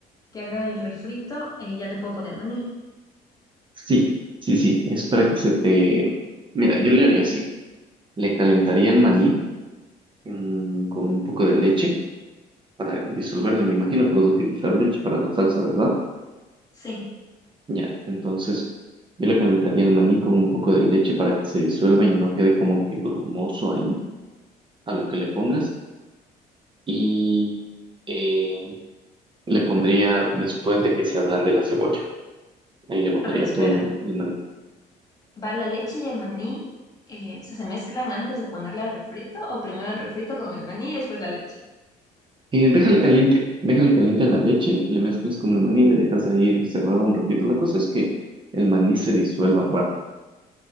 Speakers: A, on the left (about 20°); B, on the right (about 30°).
A: que haga el refrito, eh, ya le puedo poner maní.
B: Sí, sí, sí. Es para que se te... Mira, yo le haría así. Le calentaría el maní mm, con un poco de leche para disolverle. Me imagino que vas a utilizar leche para la salsa, ¿verdad?
A: Sí.
B: Ya, entonces yo le calentaría el maní con un poco de leche para que se disuelva y no quede como que grumoso ahí a lo que le pongas. Y eh, le pondría después de que se ablande la cebolla. Ahí le botaría
A: A ver, espera.
B: todo el, el maní.
A: ¿Va la leche y el maní? eh, o sea, ¿se mezclan antes de ponerle al refrito? ¿O primero el refrito con el maní y después la leche?
B: Eh, déjale caliente, déjale caliente la leche, le mezclas con el maní, le dejas ahí reservado un ratito. La cosa es que el maní se disuelva rápido,